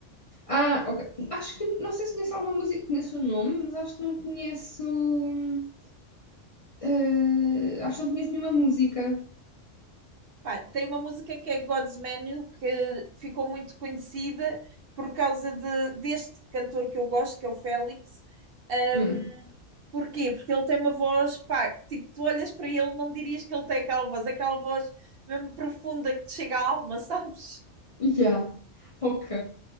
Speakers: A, on the left; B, on the right.
A: Ah, ok. Acho que, não sei se conheço alguma música, conheço o nome, mas acho que não conheço. hum, eh, acho que não conheço nenhuma música.
B: Pá, tem uma música que é God's Menu que ficou muito conhecida por causa de, deste cantor que eu gosto, que é o Félix. Ahm,
A: Hum,
B: porquê? Porque ele tem uma voz, pá, tipo, tu olhas para ele, não dirias que ele tem aquela voz, é aquela voz mesmo profunda que te chega à alma, <laughs> sabes?
A: yeah. Ok.